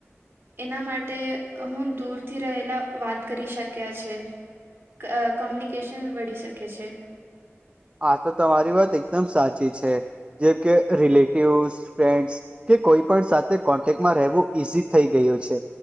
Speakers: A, on the right; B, on the right.
A: એના માટે હું દૂરથી રહેલા વાત કરી શક્યા છે. ક કોમ્યુનિકેશન વઢી શકે છે.
B: આ તો તમારી વાત એકદમ સાચી છે જેમ કે રિલેટિવસ ફ્રેન્ડસ કે કોઈ પણ સાથે કોન્ટેક્ટમાં રહેવું ઈઝી થઈ ગયું છે